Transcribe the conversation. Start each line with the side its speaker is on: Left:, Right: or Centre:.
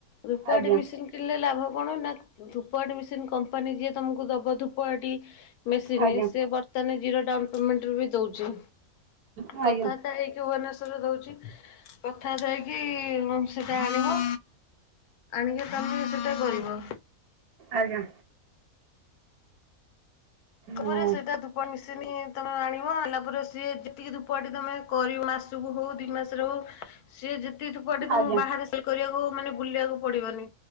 Left: ଧୂପଆଟି
Right: ଆଜ୍ଞା
Left: ମିସିନ୍ କିଣିଲେ ଲାଭ କଣ ନା ଧୂପଆଟି ମିସିନ୍ କମ୍ପାନୀ ଯିଏ ତମକୁ ଦବ ଧୂପଆଟି ମେସିନି
Right: ଆଜ୍ଞା
Left: ସିଏ ବର୍ତ୍ତଆନେ ଜିରୋ ଡାଉନ୍ ପେମେଣ୍ଟରେ ବି ଦଉଚି।
Right: ଆଜ୍ଞା
Left: କଥାଆର୍ତ୍ତା ହେଇକି ଭୁବନେଶ୍ୱରରେ ଦଉଚି। କଥାଆର୍ତ୍ତ ହେଇକି <unintelligible> ସେଟା ଆଣିବ। ଆଣିକି ତମେ ସେଟା କରିବ।
Right: ଆଜ୍ଞା।
Left: ଘରେ
Right: ମୁଁ
Left: ସେଟା ଧୁ ଧୂପ ମିଶନି ତମେ ଆଣିବ ଆଣଲା ପରେ ସିଏ ଯେତିକି ଧୂପକାଠି ତମେ କରିବ ମାସକୁ ହଉ ଦି ମାସରେ ହଉ ସିଏ ଯେତିକି ଧୂପ କାଠି ତମକୁ
Right: ଆଜ୍ଞା
Left: ବାହାରେ ସେ କରିବାକୁ ମାନେ ବୁଲିବାକୁ ପଡିବନି।